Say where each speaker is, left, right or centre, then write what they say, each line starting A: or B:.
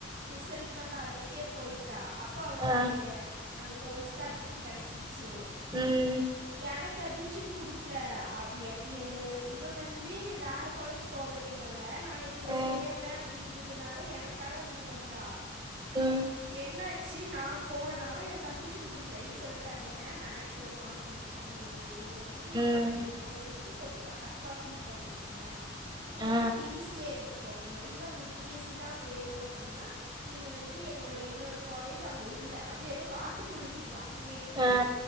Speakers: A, on the right; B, on the right.
A: ரிசல்ட்டு வந்த அன்னைக்கே போயிட் டா அப்போ அவளுக்கே
B: ஆ
A: அந்த கோர்ஸுக்கு அட்மிஷன் கெடச்சிடிச் சி
B: ம்
A: எனக் கு அட்மிஷன் குடுக் க்ல அவ் எ ஏ இவ வந்து வேற காலேஜ் போகணு இன்னவ வ நா இங்க
B: ஆ
A: சேர்ற அப்டின் றதுனால எனக்காக அவ இங் வந்தா
B: ம்
A: என்னாச் சீ நா போனா எனக்கு அட்மிஷன் குடுக்ல என்ன சொல்ட்டாங்க மேக்ஸ்ல மார்க் கொஞ்ச கம்மி நீங்க வ து
B: ம்
A: இந்த இந்த கோர்ஸ் வந்து கொஞ்ச கட் டஃப்பா ஃபீல் பண்ணீங்க நீங்க
B: ஆ
A: வேணா பீசிஏ எடுத்து கோங்க இல்ல ஒங்ளுக் பிஎஸ்சி தா வேணு அம் டீனா நீங்க வந் தி எங்ளோட இன்னொரு காலேஜ் அங்க உள்ள அத் தி எதோ காட்டுக்குள்ள செரி அங்க இருக்கே
B: ஆ